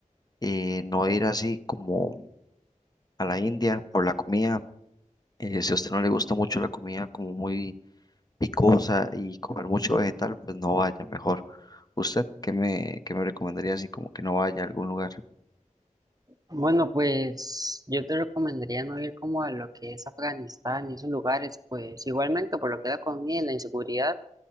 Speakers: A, on the left (about 30°); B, on the right (about 30°).
A: eh, no ir así como a la India por la comida. Eh, si a usted no le gusta mucho la comida como muy picosa y comer mucho vegetal, pues no vaya mejor. ¿Usted qué me, qué me recomendaría así como que no vaya a algún lugar?
B: Bueno, pues yo te recomendaría no ir como a lo que es Afganistán y esos lugares, pues igualmente por lo que es la comida y la inseguridad,